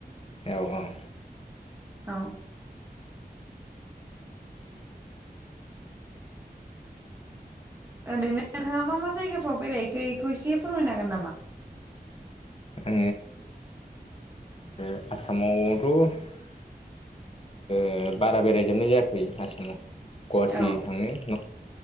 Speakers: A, on the left; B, on the right.
A: औ ओ आङो
B: औ। ओरैनो नोंथाङा मा मा जायगाफ्राव बेरायहैखो इखौ एसे फोरमायनो हागोन नामा?
A: ओ आसामावथ' ओ बारा बेरायजोबनाय जायाखै आसामाव। गुवाहाटि
B: औ
A: थाङो न